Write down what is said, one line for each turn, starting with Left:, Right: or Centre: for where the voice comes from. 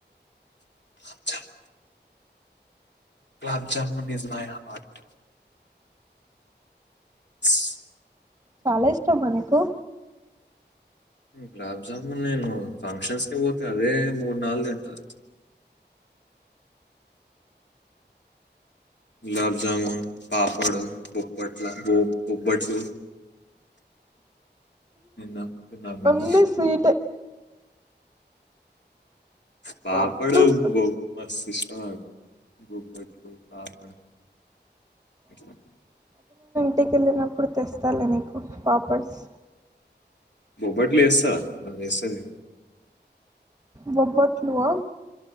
Left: <inaudible> గులాబ్జమన్ ఇజ్ మై హార్ట్ స్
Right: చాలా ఇష్టం అనకు
Left: గులాబ్జామున్ నేను ఫంక్షన్స్క పోతే అదే మూడు నాలుగు తింట గులాబ్జాము పాపడు బొప్పట్ల బొ బొబ్బట్లు తిన్నాం తిన్నాం మేము
Right: అన్నీ స్వీటే
Left: పాపడు
Right: అంత స్వీట్
Left: బోబ్ సిస్సడ్ బొబ్బట్లు పాపడు ఇట్లా.
Right: ఇంటికెళ్ళినప్పుడు తెస్తాలే నీకు పాపడ్స్
Left: బొబట్లు ఎస్తా ఎస్తంది
Right: బొబ్బొట్లువా